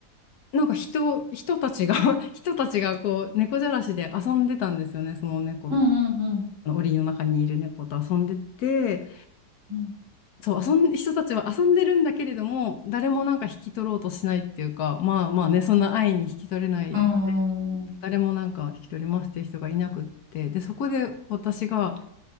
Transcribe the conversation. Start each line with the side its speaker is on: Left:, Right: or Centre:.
Left: なんか人、人たちが <laughs> 人たちがこう、猫じゃらしで遊んでたんですよね、その猫
Right: うんうんうん
Left: あの檻の中にいる猫と遊んでて、
Right: うん。
Left: そう、遊ん、人たちは遊んでるんだけれども、誰もなんか引き取ろうとしないっていうか、まあまあね、そんな愛に引き取れない、
Right: うん。うん。
Left: 誰もなんか引き取りますっていう人がいなくって、で、そこで私が、